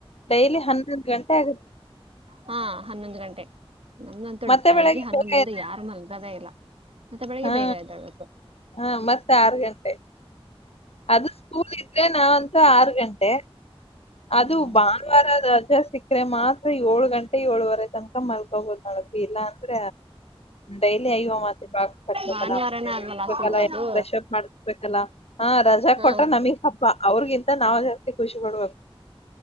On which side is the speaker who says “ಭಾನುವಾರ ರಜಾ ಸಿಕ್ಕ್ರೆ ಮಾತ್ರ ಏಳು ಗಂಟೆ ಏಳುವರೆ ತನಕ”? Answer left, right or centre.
Left